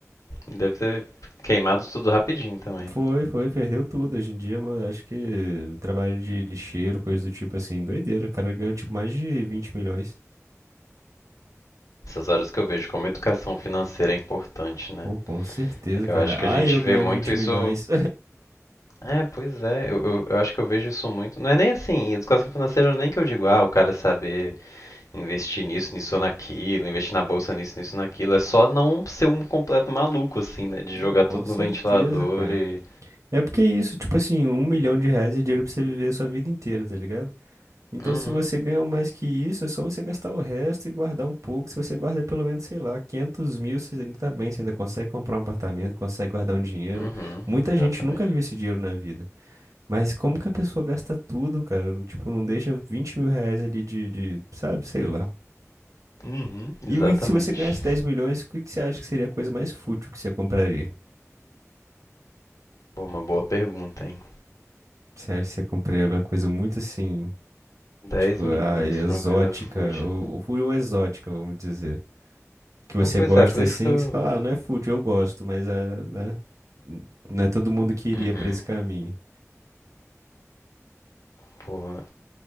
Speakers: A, on the left (about 85°); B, on the right (about 75°).
A: Deve ter queimado tudo rapidinho também.
B: Foi, foi, perdeu tudo. Hoje em dia, mano, acho que trabalho de lixeiro, coisa do tipo assim, doideira. O cara ganhou tipo mais de 20 milhões.
A: Essas horas que eu vejo como educação financeira é importante, né?
B: Pô, com certeza,
A: Eu
B: cara.
A: acho que
B: Ah,
A: a gente
B: eu ganhando
A: vê muito
B: 20
A: isso.
B: milhões.
A: É, pois é. Eu, eu, eu acho que eu vejo isso muito. Não é nem assim, educação financeira nem que eu digo, ah, o cara saber investir nisso, nisso ou naquilo, investir na bolsa nisso, nisso naquilo. É só não ser um completo maluco, assim,
B: <laughs>
A: né? De
B: Não,
A: jogar
B: com
A: tudo
B: certeza,
A: no ventilador
B: cara.
A: e.
B: É porque é isso, tipo assim, um milhão de reais é dinheiro pra você viver a sua vida inteira, tá ligado? Então,
A: Uhum,
B: se você ganha mais que isso, é só você gastar o resto e guardar um pouco. Se você guarda pelo menos, sei lá, 500 mil, você ainda tá bem, você ainda consegue comprar um apartamento, consegue guardar um dinheiro.
A: uhum,
B: Muita
A: exatamente.
B: gente nunca viu esse dinheiro na vida. Mas como que a pessoa gasta tudo, cara? Tipo, não deixa 20 mil reais ali de, de, sabe, sei lá.
A: Uhum, exatamente.
B: E o- e se você ganhasse 10 milhões, o que que você acha que seria a coisa mais fútil que você compraria?
A: Pô, uma boa pergunta, hein?
B: Você acha que você compraria alguma coisa muito assim,
A: dez
B: tipo,
A: milhões
B: ah, exótica,
A: pra uma coisa fútil.
B: ou, ou exótica, vamos dizer. que você
A: Pô, pois
B: gosta
A: é, por
B: assim,
A: isso que eu.
B: você fala, ah, não é fútil, eu gosto, mas ah, né? não é todo mundo que iria
A: Uhum.
B: pra esse caminho.
A: Porra.